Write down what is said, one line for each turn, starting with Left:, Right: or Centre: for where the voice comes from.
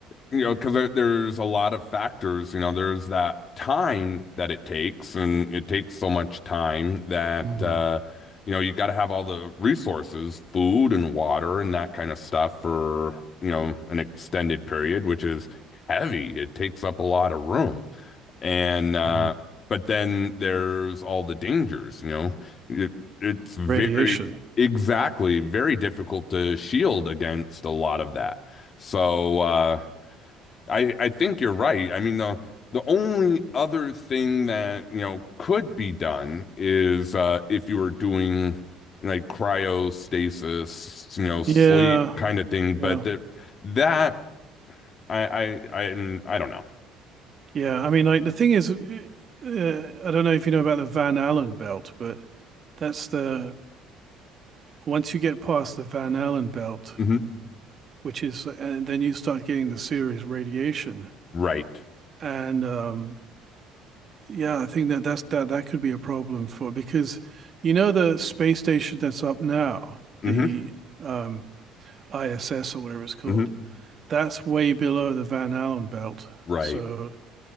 Left: you know, because there, there's a lot of factors. You know, there's that time that it takes, and it takes so much time that
Right: Mm,
Left: uh, you know you got to have all the resources, food and water and that kind of stuff for you know an extended period, which is heavy. It takes up a lot of room, and uh,
Right: mm.
Left: but then there's all the dangers. You know, it, it's very
Right: Radiation.
Left: exactly very difficult to shield against a lot of that. So, uh, I I think you're right. I mean the the only other thing that you know could be done is uh, if you were doing like cryostasis, you know, sleep
Right: Yeah,
Left: kind of thing. But
Right: yeah,
Left: that that I I I I don't know.
Right: yeah. I mean, like the thing is, uh, I don't know if you know about the Van Allen belt, but that's the once you get past the Van Allen belt,
Left: hmm
Right: which is, and then you start getting the serious radiation.
Left: Right.
Right: And um, yeah, I think that that's that that could be a problem for because you know the space station that's up now,
Left: hmm
Right: the um, ISS or whatever it's called,
Left: hmm
Right: that's way below the Van Allen belt.
Left: Right.
Right: So,